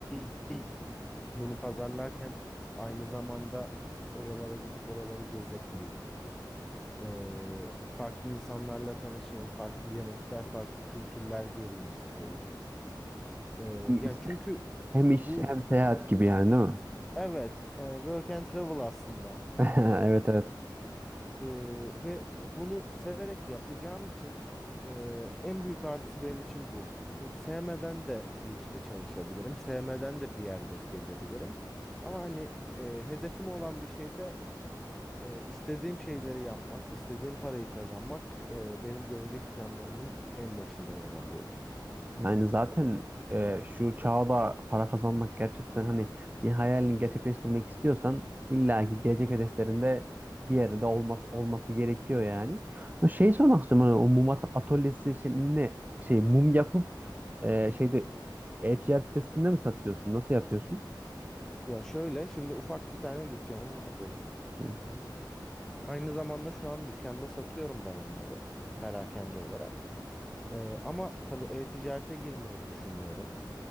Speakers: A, in the centre; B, on the right (about 20°).
A: <clears throat> Bunu pazarlarken aynı zamanda oralara gidip oraları gezebileyim. Ee, farklı insanlarla tanışayım, farklı yemekler, farklı kültürler göreyim istiyorum. Ee,
B: Hem iş,
A: yani çünkü
B: hem iş
A: bu
B: hem seyahat gibi yani değil mi?
A: evet, e, work and travel aslında.
B: <laughs> Evet evet.
A: Ee, ve bunu severek yapacağım için e, en büyük artısı benim için bu. Çünkü sevmeden de bir işte çalışabilirim. Sevmeden de bir yerleri gezebilirim. Ama hani e, hedefim olan bir şeyde e, istediğim şeyleri yapmak, istediğim parayı kazanmak e, benim gelecek planlarımın en başında yer alıyor.
B: Yani zaten e, şu çağda para kazanmak gerçekten hani bir hayalini gerçekleştirmek istiyorsan illaki gelecek hedeflerinde bir yerde olması, olması gerekiyor yani. Ama Şey sormak istiyorum hani o mum at- atölyesi şey, ne şey mum yapıp e, şeyde e-ticaret sitesinde mi satıyorsun? Nasıl yapıyorsun?
A: Ya şöyle şimdi ufak bir tane dükkanım var benim.
B: Hı.
A: Aynı zamanda şu an dükkanda satıyorum ben onları perakende olarak. Ee, ama tabii e-ticarete girmeyi düşünüyorum.